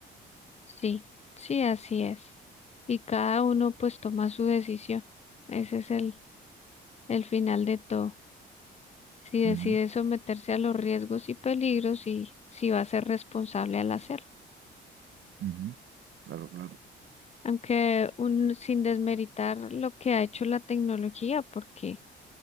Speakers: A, on the left (about 35°); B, on the right (about 65°).
A: Sí, sí, así es. Y cada uno pues toma su decisión. Ese es el... el final de todo. Si decide
B: Ujú,
A: someterse a los riesgos y peligros y si va a ser responsable al hacerlo.
B: ujú. Claro, claro.
A: Aunque un, sin desmeritar lo que ha hecho la tecnología, porque